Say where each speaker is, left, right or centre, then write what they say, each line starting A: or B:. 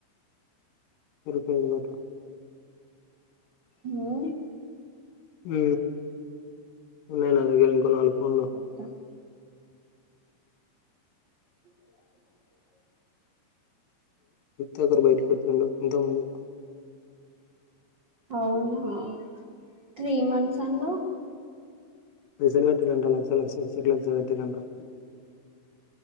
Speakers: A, on the left; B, on the right.
A: రూపాయి లెవట
B: ఇగో
A: మ్ ఉన్నాయ్ నా దగ్గర ఇంకో నాలుగు ఫోన్లు
B: వస్తా <inaudible> <inaudible>
A: నిత్య అగర్ బయటికి వచ్చిండు ఇంతకుముందు
B: అవునా త్రీ మన్స్ అన్నవ్
A: పైసలుకటిరంట లక్ష లక్ష చేరి లక్ష కటిరంనటా